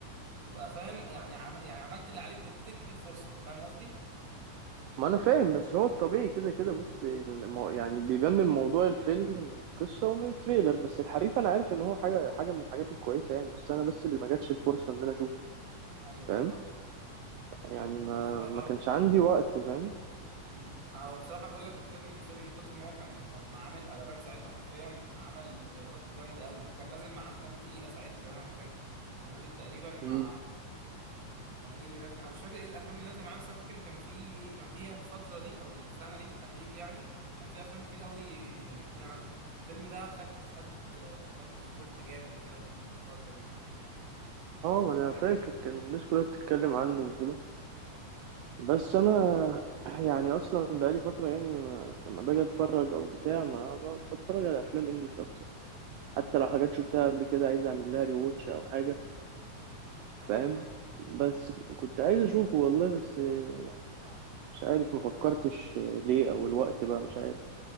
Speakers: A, on the right (about 45°); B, on the right (about 80°).
A: تبقى فاهم يعني عم... يعني عملت اللي عليك واديت الجديد فرصه فاهم قصدي
B: ما انا فاهم بس هو الطبيعي كده كده بص المو... يعني بيبان من موضوع الفيلم من القصه ومن التريلر بس الحريف انا عارف ان هو حاجه حاجه من الحاجات الكويسه يعني بس انا بس اللي ما جاتش الفرصه ان انا اشوفه
A: ايوه
B: فاهم
A: فاهم
B: يعني ما
A: بصراحه
B: ما كانش عندي وقت فاهم
A: امم هو بصراحه بقول لك الفيلم الفيلم من كتر ما هو كان كان عامل قلبان ساعتها حرفيا عمل ايرادات جامده قوي وكان نازل مع افلام تقيله ساعتها كمان انا فاكر كان نازل تقريبا مع
B: مم.
A: كان ايه اللي نازل انا مش فاكر ايه الافلام اللي نازله معاه بس انا فاكر ان كان في إيه- كان فيها الفتره دي او السنه دي بالتحديد يعني كان في افلام كتير قوي تقيله نازله الفيلم ده خد خد خد سبوت جامد كده في ال- في الفتره دي
B: اه ما انا فاكر كان الناس كلها بتتكلم عنه وكده بس
A: اه
B: انا <clears throat> يعني اصلا بقالي فتره يعني ما... لما باجي اتفرج او بتاع ما ب... بتفرج على افلام انجلش اكتر حتى لو حاجات شفتها قبل كده عايز اعمل لها ري واتش او حاجه فاهم
A: طب
B: بس كنت عايز اشوفه والله بس يعني ما- مش عارف ما فكرتش ليه او الوقت بقى مش عارف